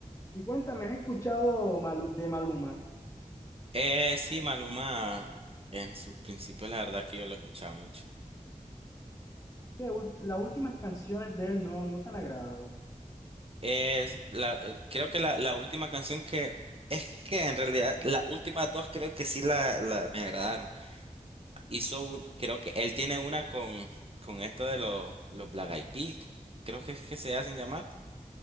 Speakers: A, on the left; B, on the right.
A: y cuéntame, ¿has escuchado Malu- de Maluma?
B: Eh, sí, Maluma, en sus principios, la verdad que yo lo escuchaba mucho.
A: Que ul- las últimas canciones de él no, no te han agradado.
B: Es la, eh, creo que la, la última canción que. Es que en realidad las últimas dos creo que sí la, la- me agradaron. Hizo un, creo que él tiene una con, con esto de los, los Black Eyed Peas, creo que es que se hacen llamar.